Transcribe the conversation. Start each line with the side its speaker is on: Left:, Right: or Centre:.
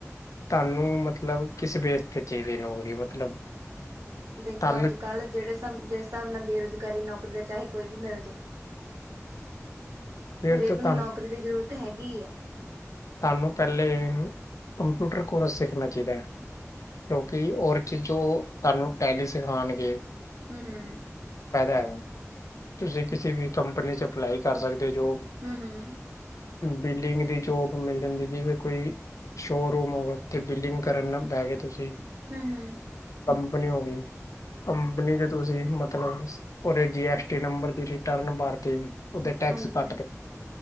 Left: ਤੁਹਾਨੂੰ ਮਤਲਬ ਕਿਸ ਵੇਸ ਤੇ ਚਾਹੀਦੀ ਏ ਨੌਕਰੀ। ਮਤਲਬ
Right: ਦੇਖੋ
Left: ਤੁਹਾਨੂੰ
Right: ਅੱਜ- ਕੱਲ੍ਹ ਜਿਹੜੇ ਸਾਬ ਜਿਸ ਹਿਸਾਬ ਨਾਲ ਬੇਰੁਜ਼ਗਾਰੀ ਐ, ਨੌਕਰੀ ਤਾਂ ਚਾਹੇ ਕੋਈ ਵੀ ਮਿਲਜੇ।
Left: ਫਿਰ
Right: ਹਰੇਕ
Left: ਤੇ ਤੁਹਾਨੂੰ
Right: ਨੂੰ ਨੌਕਰੀ ਦੀ ਜ਼ਰੂਰਤ ਹੈਗੀ ਈ ਐ।
Left: ਤੁਹਾਨੂੰ ਪਹਿਲੇ, ਕੰਪਿਊਟਰ ਕੋਰਸ ਸਿੱਖਣਾ ਚਾਹੀਦਾ। ਕਿਉਂਕਿ ਔਰ ਚੀਜ਼ੋਂ ਤੁਹਾਨੂੰ ਟੈਲੀ ਸਿਖਾਣਗੇ।
Right: ਹੂੰ- ਹੂੰ।
Left: ਫੈਦਾ ਹੈਗਾ। ਤੁਸੀਂ ਕਿਸੇ ਵੀ ਕੰਪਨੀ ਚ' ਅਪਲਾਈ ਕਰ ਸਕਦੇ ਹੋ। ਜੋ
Right: ਹੂੰ- ਹੂੰ।
Left: ਬਿਲਡਿੰਗ ਦੀ ਜੋਬ ਮਿਲ ਜਾਂਦੀ। ਜਿਵੇਂ ਕੋਈ ਸ਼ੋਅਰੂਮ ਹੋ ਗਿਆ। ਉਥੇ ਬਿਲਲਿੰਗ ਕਰਨਾ ਪੈ ਗਏ ਤੁਸੀਂ।
Right: ਹੂੰ, ਹੂੰ।
Left: ਕੰਪਨੀ ਹੋ ਗਈ। ਕੰਪਨੀ ਤੇ ਤੁਸੀਂ ਮਤਲਬ ਉਰੇ ਜੀ ਐਸ ਨੰਬਰ ਤੇ ਰਿਟਰਨ ਭਰ ਕੇ, ਉਹਦੇ ਟੈਕਸ
Right: ਹਾਂਜੀ-ਹਾਂਜੀ।
Left: ਕੱਟ ਕੇ,